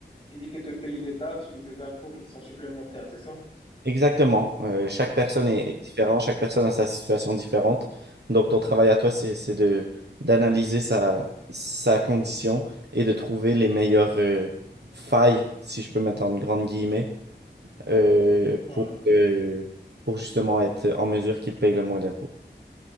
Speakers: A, on the left (about 30°); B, on the right (about 65°).
A: éviter de payer des taxes ou des impôts qui sont supplémentaires, c'est ça?
B: Exactement. Euh, chaque personne est,
A: Ouais,
B: est différente, chaque personne a sa situation différente. Donc ton travail à toi, c'est, c'est de, d'analyser sa, sa condition et de trouver les meilleures euh, failles, si je peux mettre en grandes guillemets euh,
A: ouais,
B: pour, euh, pour justement être en mesure qu'ils payent le moins d'impôts.